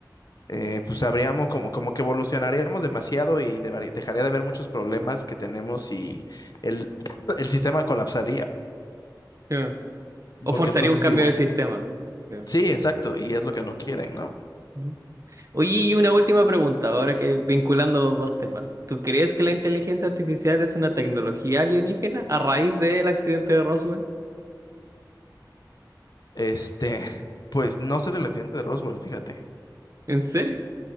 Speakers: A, on the left; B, on the right.
A: eh, pues habríamos como, como que evolucionaríamos demasiado y devari- dejaría de haber muchos problemas que tenemos y el, <clears throat> el sistema colapsaría,
B: creo. O
A: porque
B: forzaría
A: entonces
B: un cambio
A: sí, bu-
B: de sistema, creo.
A: sí, exacto, y es lo que no quieren, ¿no?
B: Ujú. Oye, y una última pregunta, ahora que vinculando los dos temas. ¿Tú crees que la inteligencia artificial es una tecnología alienígena a raíz del accidente de Roswell?
A: Este, <laughs> pues no sé del accidente de Roswell, fíjate.
B: ¿En serio?